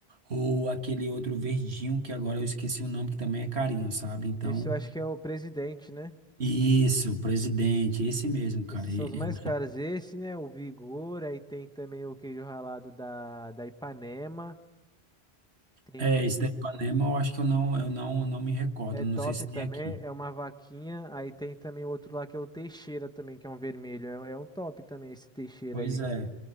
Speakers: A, on the right (about 90°); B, in the centre.
A: ou aquele outro verdinho que agora eu esqueci o nome, que também é carinho, sabe? Então,
B: Esse eu acho que é o presidente, né?
A: isso, presidente, esse mesmo, cara.
B: Esses
A: Eu,
B: são os mais caros. Esse, né, o Vigor, aí tem também o queijo ralado da, da Ipanema, tem
A: É,
B: o...
A: esse da Ipanema eu acho que eu não, eu não, não me recordo,
B: É top
A: não sei se tem
B: também,
A: aqui.
B: é uma vaquinha, aí tem também o outro lá que é o Teixeira também, que é um vermelho, é, é um top também esse Teixeira
A: Pois
B: aí.
A: é,